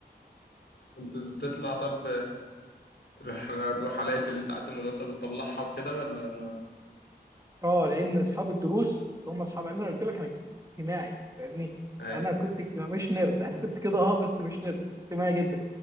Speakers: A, on the left; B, on the right.
A: كنت بتطلع طب بح- الرحلات اللي ساعات المدرسة بتطلعها وكده ولا ما
B: اه لان اصحاب الدروس اللي هم اصحاب انا قلت لك انا اجتماعي فاهمني
A: أيوة
B: انا كنت اجتماعي مش نيرد انا كنت كده اه بس مش نيرد كنت اجتماعي جدا